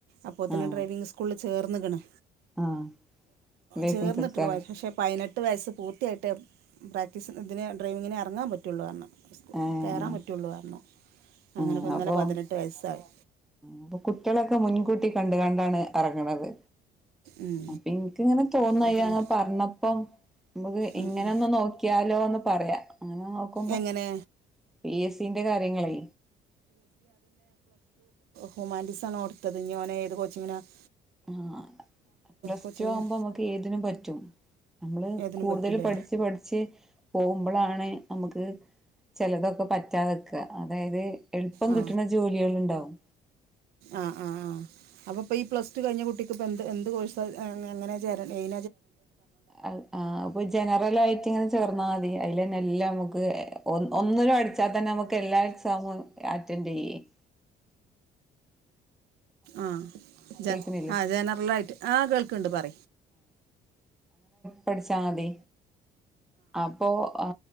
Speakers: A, on the right; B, in the centre.
A: അപ്പോത്തിന്ന്
B: ആഹ്
A: ഡ്രൈവിംഗ് സ്കൂളിൽ ചേർന്ന്ക്ക്ണ്
B: ആഹ് ലൈസൻസ്
A: ചേർന്ന്ട്ടക്ക്ണ്
B: എടുക്കാൻ
A: പക്ഷേ പതിന ട്ടു വയസ്സ് പൂർത്തിയായിട്ടെ പ്രാക്ടീസ് ഇതിന് ഡ്രൈവിങ്ങിനെ ഇറങ്ങാൻ പറ്റുള്ളു ന്നു പറഞ്ഞു
B: ഏഹ്
A: കയറാൻ പറ്റുള്ളുപറഞ്ഞു അങ്ങനെപ്പന്നലെ
B: ആഹ് അപ്പൊ
A: പതിനെട്ട് വയസ്സായി
B: അപ്പൊ കുട്ടികളൊക്കെ മുൻകൂട്ടി കണ്ടു കണ്ടാണ് എറങ്ങണത്
A: ഉം.
B: അപ്പൊ എനക്ക്ങ്ങനെ തോന്നയ്യ
A: അതന്നെ
B: അപറന്നപ്പോം നമുക്ക്
A: ഉം,
B: ഇങ്ങനെ
A: ഉം.
B: ഒന്ന് നോക്കിയാലോന്ന് പറയാ അങ്ങനെ നോക്കുമ്പോ
A: എങ്ങനെ
B: പി എസ് സിന്റെ കാര്യങ്ങളേ
A: ഹ്യുമാറ്റീസാണോ ടുത്തത് ന്നി ഓൻ എതു കോച്ചിങ്ങിന -
B: ആ പ്ലസ്
A: കോച്ചിങ്ങിനാ
B: ടു ആമ്പോ നമുക്ക് ഏതിനും പറ്റും നമ്മള്
A: ഏതിനും
B: കൂടുതൽ
A: പറ്റൂലേ
B: പഠിച്ച് പഠിച്ച് പോമ്പോലാ ണ് നമുക്ക് ചെലതൊ പറ്റാതെക്കുക അതായത്, എളുപ്പം
A: ആ
B: കിട്ടണ ജോലികൾണ്ടാവും.
A: ആ ആ ആ! അപ്പൊപ്പൊ ഈ പ്ലസ് ടു കഴിഞ്ഞ കുട്ടി ഇപ്പോ എന്ത് എന്ത് കോഴ്സ <unintelligible> എങ്ങന ചേര എയ്
B: ആ് അപ്പൊ ജനറൽ ആയിട്ട് ഇങ്ങനെ ചേർന്നാ മതി അതിലന്നെല്ലാം നമുക്ക് ഒ ഒന്നിനും <unintelligible> തതന്നെ നമുക്ക് എല്ലാ എക്സാമ് അറ്റൻഡ് ചെയ്യേ -
A: ആ ജന
B: കേക്കണില്ലേ
A: ആഹ ജനറൽ ആായിട്ട് ആ കേൾക്കണ്ട് പറ
B: പഠിച്ചാ മതി അപ്പൊ ആ